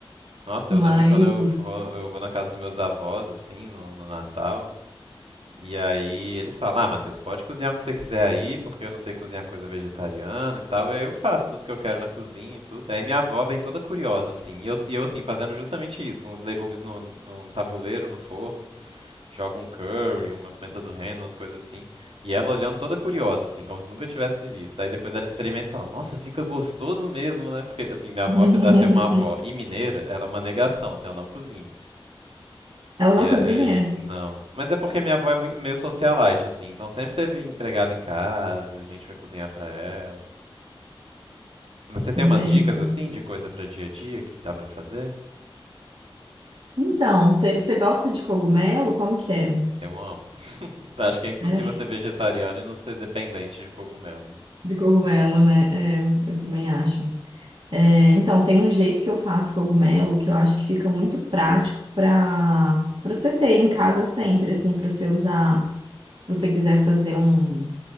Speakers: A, on the right; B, on the right.
A: Nossa,
B: Mas.
A: eu lembro quando eu vou, eu vou na casa dos meus avós, assim, no, no Natal. E aí eles falam, ah, Matheus, pode cozinhar o que você quiser aí, porque eu não sei cozinhar coisa vegetariana e tal. E aí eu faço tudo que eu quero na cozinha e tudo. Aí minha avó vem toda curiosa, assim. E eu, e eu assim, fazendo justamente isso, uns legumes no, num tabuleiro, no forno. joga um curry, uma pimenta do reino, umas coisas assim. E ela olhando toda curiosa, assim, como se nunca tivesse visto. Aí depois ela experimenta e fala, nossa, fica gostoso mesmo, né? Porque, assim, minha avó,
B: <laughs>
A: apesar de ser uma avó e mineira, ela é uma negação, assim, ela não cozinha.
B: Ela
A: E
B: não
A: aí,
B: cozinha?
A: não. Mas é porque minha avó é muito, meio socialite, assim, então sempre teve empregada em casa, a gente vai cozinhar pra ela. Mas você tem
B: Entendi.
A: umas dicas, assim, de coisa pra dia a dia que dá pra fazer?
B: Então, você gosta de cogumelo? Como que é?
A: Eu amo. <laughs> Acho que é impossível
B: É,
A: ser vegetariano e não ser dependente de cogumelo, né?
B: de cogumelo, né? É, eu também acho. É, então, tem um jeito que eu faço cogumelo que eu acho que fica muito prático para para você ter em casa sempre, assim, para você usar. Se você quiser fazer um,